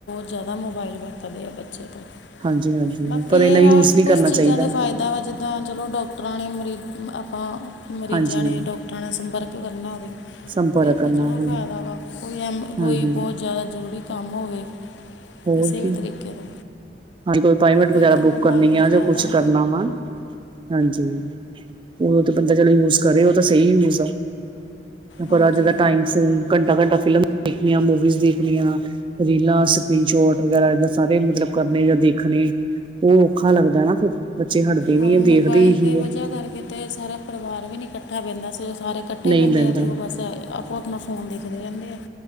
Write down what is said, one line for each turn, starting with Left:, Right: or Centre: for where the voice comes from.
Left: ਜ਼ਾਦਾ ਮੋਬਾਇਲ ਵਰਤਦੇ ਆ ਬੱਚੇ ਤੇ,
Right: ਹਾਂਜੀ ਹਾਂਜੀ
Left: ਬਾਕੀ
Right: ਪਰ ਇੰਨਾ
Left: ਇਹ
Right: ਯੂਜ
Left: ਵਾ
Right: ਨਹੀਂ
Left: ਕੁਛ
Right: ਕਰਨਾ
Left: ਚੀਜ਼ਾਂ
Right: ਚਾਹੀਦਾ
Left: ਦੇ ਫਾਇਦੇ ਇੱਦਾਂ ਵਾ ਜਿੱਦਾਂ ਚਲੋ ਡੋਕਟਰਾਂ ਨੇ ਮਰੀਜ਼ ਆਪਾਂ ਮਰੀਜ਼ਾਂ
Right: ਹਾਂਜੀ
Left: ਨੇ ਡੋਕਟਰਾਂ ਨਾਲ ਸੰਪਰਕ ਕਰਨਾ ਹੋਵੇ
Right: ਸੰਪਰਕ
Left: ਤੇ ਇੱਕ
Right: ਕਰਨਾ
Left: ਚਲੋ
Right: ਹਾਂਜੀ
Left: ਫਾਇਦਾ ਵਾ ਕੋਈ-ਕੋਈ
Right: ਹਾਂ ਹਾਂ
Left: ਬਹੁਤ ਜ਼ਿਆਦਾ ਜ਼ਰੂਰੀ ਕੰਮ ਹੋਵੇ,
Right: ਹੋਰ
Left: ਕਿਸੇ
Right: ਕੀ
Left: ਵੀ ਤਰੀਕੇ ਦਾ।
Right: ਹਾਂਜੀ ਕੋਈੰ ਅਪਮੈਂਟ
Left: ਫਿਰ
Right: ਵਗੈਰਾ
Left: ਤਾਂ ਮੋਬਾਈਲ
Right: ਬੁੱਕ ਕਰਨੀ
Left: ਦਾ
Right: ਆ
Left: ਫਾਇਦਾ
Right: ਕੁਛ ਕਰਨਾ ਵਾ ਹਾਂਜੀ। ਓਹ ਦਾ ਤਾਂ ਬੰਦਾ ਚਲੋ ਯੂਜ ਕਰ ਰਿਆ ਓਹ ਤਾਂ ਸਈ ਯੂਜ ਆ,
Left: ਹਾਂਜੀ
Right: ਪਰ ਅੱਜ ਦਾ ਟਾਈਮ ਫੋਨ ਘੰਟਾ-ਘੰਟਾ ਫਿਲਮ ਦੇਖਲੀਆਂ ਮੂਵੀਜ਼ ਦੇਖਲੀਆਂ। ਰੇਲਾਂ ਸਕਰੀਨ ਸ਼ੋਟ ਵਗੈਰਾ ਸਾਰੇ ਮਤਲਬ ਕਰਨੇ ਜਾਂ ਦੇਖਣੇ ਓ ਔਖਾ ਲੱਗਦਾ ਨਾ ਫੇਰ ਬੱਚੇ ਹਟਦੇ ਵੀ
Left: ਹਾਂ
Right: ਹੈ
Left: ਮੋਬਾਈਲ
Right: ਦੇਖਦੇ ਹੀ
Left: ਦੀ
Right: ਏਹੀ
Left: ਵਜ੍ਹਾ
Right: ਐ।
Left: ਕਰਕੇ ਤੇ ਸਾਰਾ ਪਰਿਵਾਰ ਵੀ ਨੀ ਇਕੱਠਾ ਬੈਠਦਾ ਜਦੋਂ ਸਾਰੇ ਇਕੱਠੇ
Right: ਨਹੀਂ
Left: ਬਹਿਣੇ
Right: ਬਹਿੰਦਾ
Left: ਆ ਤੇ ਉਹ ਬਸ ਓਹ ਆਪਣਾ ਫੋਨ ਦੇਖਦੇ ਰਹਿੰਦੇ ਆ,